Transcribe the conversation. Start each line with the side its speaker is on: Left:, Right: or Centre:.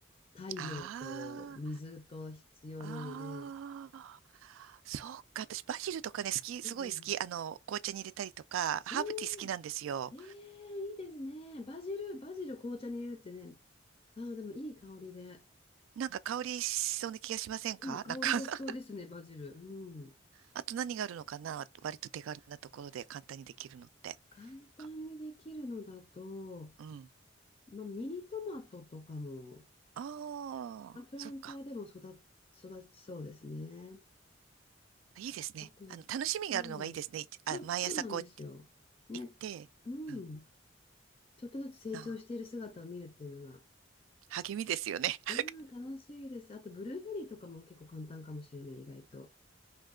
Left: 太陽と水と必要なので。
Right: ああ、ああ、そうか。私、バジルとかね、好き、すごい好き。
Left: うん
Right: あの、紅茶に入れたりとか、ハーブティー好きなんですよ。
Left: うん。おおえー、いいですね。バジル、バジル紅茶に入れるってね。ああ、でもいい香りで。
Right: なんか香りしそうな気がしませんか
Left: うん、香りがしそうですね、
Right: <laughs> なんか <laughs>
Left: バジル。うん。
Right: あと何があるのかな割と手軽なところで簡単にできるのって。
Left: 簡単にできるのだと、
Right: かうん。
Left: まあ、ミニトマトとかも、
Right: ああ、
Left: まあプランターでも育育
Right: そっか。
Left: ちそうですね。
Right: いいですね。
Left: あと、
Right: あの、楽しみがあるのがいいですね。
Left: そう、
Right: いちあ、
Left: そう、
Right: 毎朝こう行
Left: そうなんですよ。ね、
Right: って、
Left: うん。
Right: うん、
Left: ちょっとずつ成長している姿を見るっていうのが、
Right: あ、励みですよね。<laughs>
Left: うん、楽しいです。あと、ブルーベリーとかも結構簡単かもしれない、意外と。